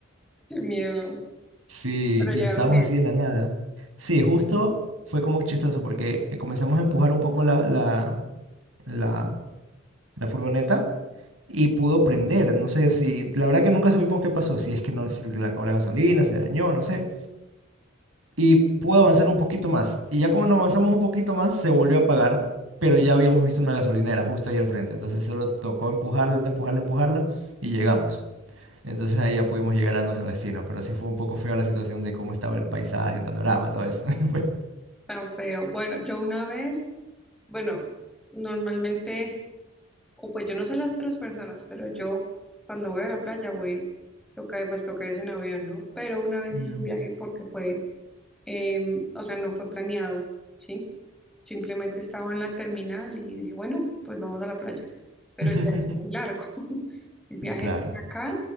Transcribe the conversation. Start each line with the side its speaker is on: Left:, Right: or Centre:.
Centre: qué miedo,
Right: Sí,
Centre: pero
Right: y
Centre: llegaron
Right: estábamos
Centre: bien,
Right: así en la nada. Sí, justo fue como chistoso porque eh, comenzamos a empujar un poco la, la, la, la furgoneta y pudo prender. No sé si, la verdad que nunca supimos qué pasó, si es que no se le acabó la gasolina, se dañó, no sé. Y pudo avanzar un poquito más. Y ya cuando avanzamos un poquito más, se volvió a apagar, pero ya habíamos visto una gasolinera justo ahí al frente. Entonces solo tocó empujarla, empujarla, empujarla y llegamos. Entonces ahí ya pudimos llegar a nuestro destino, pero sí fue un poco fea la situación de cómo estaba el paisaje, el panorama, todo eso. <laughs> Fue-
Centre: tan feo. Bueno, yo una vez, bueno, normalmente, o pues yo no sé las otras personas, pero yo cuando voy a la playa voy, toca, pues toca irse en avión, ¿no? Pero una vez
Right: Mm.
Centre: hice un viaje porque fue Eh, o sea, no fue planeado, ¿sí? Simplemente estaba en la terminal y dije, bueno, pues vamos a la playa. Pero
Right: <laughs>
Centre: el viaje es muy largo. <laughs> El viaje
Right: Claro.
Centre: de acá,